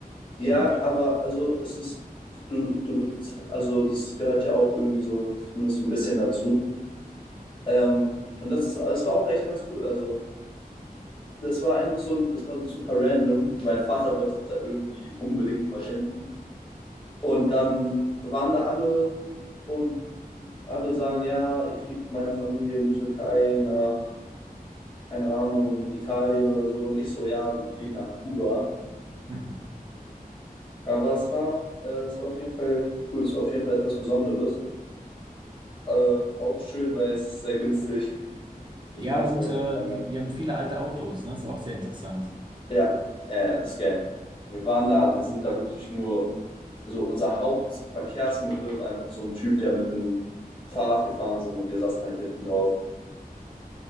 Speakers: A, on the left; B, on the right.
A: Ja,
B: Politik.
A: aber also es ist, du, du, bez- also das gehört ja auch irgendwie so zumindest ein bisschen dazu. Ähm, und das ist, das war auch echt ganz cool. Also das war einfach so, ein, das war super random. Mein Vater wollte da irgendwie unbedingt mal hin. Und dann waren da alle und alle sagen, ja, ich fliege mit meiner Familie in die Türkei nach, keine Ahnung, Italien oder so. Und ich so, ja, wir fliegen nach Kuba.
B: Mhm.
A: Aber es war, äh, es war auf jeden Fall cool. Es war auf jeden Fall etwas Besonderes. Äh, auch schön, weil es ist sehr günstig. Ich
B: Ja,
A: mag
B: und
A: sowas
B: äh,
A: echt gerne.
B: die, die haben viele alte Autos, ne? Ist auch sehr interessant.
A: Ja, äh, ist geil. Wir waren da, wir sind da wirklich nur, so unser Hauptverkehrsmittel war einfach so ein Typ, der mit einem Fahrrad gefahren sind und wir saßen halt hinten drauf,